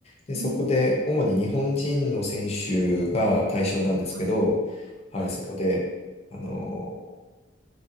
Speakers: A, on the left; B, on the right.
A: で、そこで主に日本人の選手が対象なんですけど、
B: ーん。はい。
A: はい、
B: はい。
A: そこで、あの、